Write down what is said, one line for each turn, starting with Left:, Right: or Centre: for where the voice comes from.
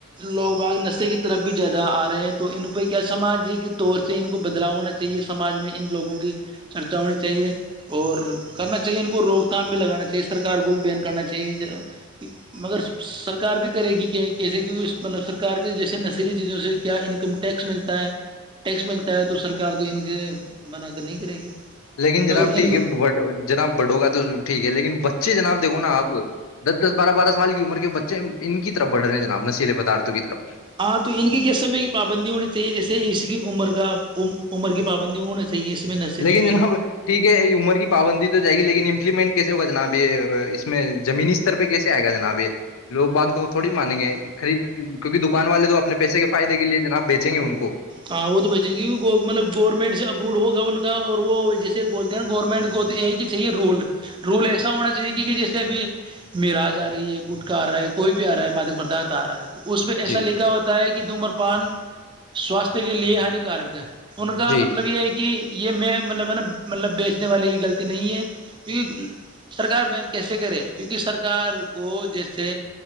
Right: لوگ بات نسے کی طرف بھی زیادہ ا رہے ہیں تو ان کو کیا سمجھ رہی تھی تور سے ان کو بدلا ہونا چاہیے سماج میں ان لوگوں کی چرچہ ہونے چاہیے اور کرنا چاہیے ان کو روک تھام بھی لگانا چاہیے اس طرح کار کو بھی بیان کرنا چاہیے مگر سرکار بھی کرے گی کہ کیسے کہ مطلب سرکار کے جیسے نشیلی چیزوں سے کیا انکم ٹیکس ملتا ہے ٹیکس ملتا ہے تو سرک تو ان سے منا کر نہیں کرے گی
Left: لیکن
Right: مگر
Left: جناب
Right: ان
Left: ٹھیک
Right: کو
Left: ہے جناب بڑوں کا تو ٹھیک ہے لیکن اچھ جناب دیکو نا آپ دس دس بارہ بارہ سال کی عمر کے بچے ان کی طرف بڑھے ہیں جناب نشیے پدارتوں کی طرف
Right: ہاں تو ان کی کس سمے کی پابندی ہونی چاہیے جیسے اس کی عمر کا عمر کی پابندی ہونا چاہیے اس میں نشے میں
Left: لیکن
Right: بھی
Left: جناب ٹھیک ہے عمر کی پابندی تو جائے گی لیکن امپلیمنٹ کیسے ہوگا جناب یہ اس میں زمینی استر پہ کیسے آئے گا جناب یہ لوگ بانگ دو تھوڑی مانیں گے خرید کیہ دکان والے تو اپنے پیسے کے فائدے کے لیے جناب بیچیں گے ان کو
Right: ہاں وہ تو بیچے گ کی مطلب گورنمنٹ سے اپروڈ ہوگا ان کا اور وہ جیسے بولتے ہیں نا گورنمنٹ کو کہ چاہیے رول رول ایسا ہونا چاہیے کہ جیسے ابھی مراج آ رہی ہے گٹکا آ رہا ہے کوئی بھی آ رہا ہے مادک پرداراتھ آ رہا ہے تو اس میںہ ایسا
Left: جی
Right: لکھا ہوتا ہے کہ د مر پان سواستھ کے لیے ہانیکارک ہے ان کا
Left: جی
Right: مطلب یہ ہے کہ یہ میں مطلب ہے نا مطلب بیچنے والے کی غلطی نہیں ہے کیکہ سرکار بیان کیسے کرے کیونکہ سرکار کو جیسے